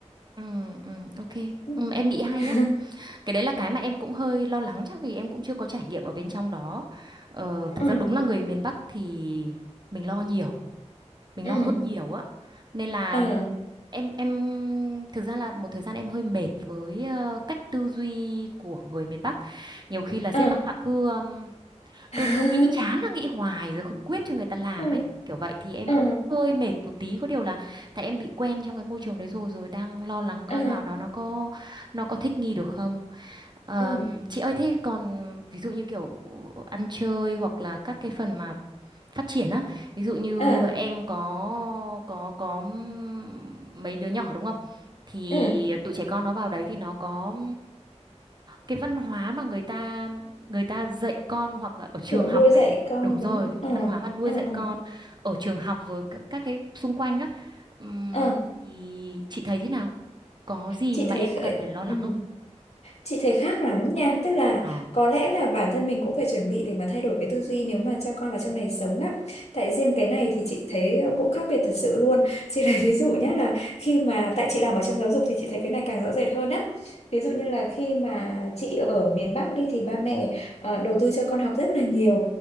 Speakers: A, on the right (about 35°); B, on the left (about 60°).
A: ừ ừ ok
B: ừ
A: ừ, em nghĩ hay
B: <laughs>
A: á cái đấy là cái mà em cũng hơi lo lắng chắc vì em cũng chưa có trải nghiệm ở bên trong đó ờ, thực
B: ừ
A: ra đúng là người miền Bắc thì mình lo nhiều mình
B: ừ
A: lo hơi nhiều á nên là
B: ờ
A: em em thực ra là một thời gian em hơi mệt với ờ, cách tư duy của người miền Bắc nhiều khi là
B: ờ
A: sếp Bắc là cứ ừm,
B: <laughs>
A: cứ cứ nghĩ chán là nghĩ hoài rồi không quyết cho người ta làm
B: ừ
A: ấy kiểu vậy thì em
B: ừ
A: cũng hơi mệt một tí có điều là tại em bị quen trong cái môi trường đấy rồi rồi đang lo lắng coi
B: ừ
A: vào đó nó có nó có thích nghi được không Ờm,
B: ừ
A: chị ơi thế còn ví dụ như kiểu ăn chơi hoặc là các cái phần mà phát triển á ví dụ như
B: ừ
A: em có có có mấy đứa nhỏ đúng không thì
B: ừ.
A: tụi trẻ con nó vào đấy thì nó có cái văn hóa mà người ta người ta dạy con hoặc là ở trường
B: kiểu nuôi
A: học này
B: dạy con
A: đúng rồi
B: đúng
A: cái
B: ờ
A: văn hóa mà nuôi
B: ờ
A: dạy
B: ờ
A: con ở trường học rồi các, các cái xung quanh đó Ừm,
B: ờ
A: thì chị thấy thế nào có gì
B: chị
A: mà
B: thấy
A: em
B: khởi
A: cần phải lo
B: ừ.
A: lắng không
B: Chị thấy khác lắm nha, tức là
A: ờ
B: có lẽ là bản thân mình cũng phải chuẩn bị để mà thay đổi cái tư duy nếu mà cho con vào trong này sống á. Tại riêng cái này thì chị thấy cũng khác biệt thật sự luôn. <laughs> Chị lấy ví dụ nhé là khi mà tại chị làm ở trong giáo dục thì chị thấy cái này càng rõ rệt hơn á. Ví dụ như là khi mà chị ở miền Bắc đi thì ba mẹ ờ, đầu tư cho con học rất là nhiều.